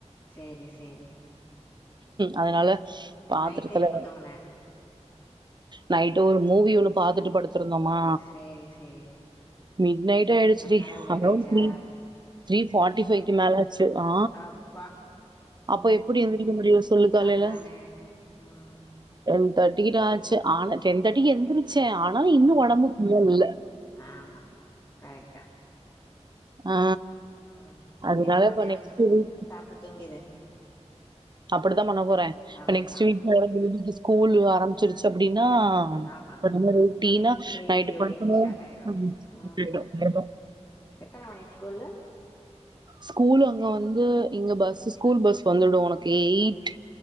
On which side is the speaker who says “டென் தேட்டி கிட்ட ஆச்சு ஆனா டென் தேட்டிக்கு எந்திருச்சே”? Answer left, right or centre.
Right